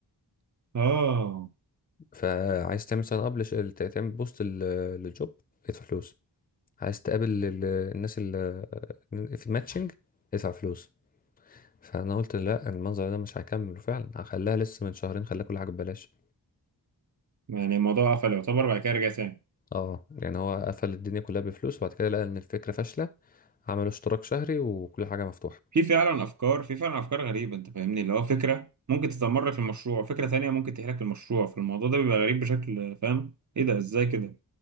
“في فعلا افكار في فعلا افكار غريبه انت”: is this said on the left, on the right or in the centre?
Right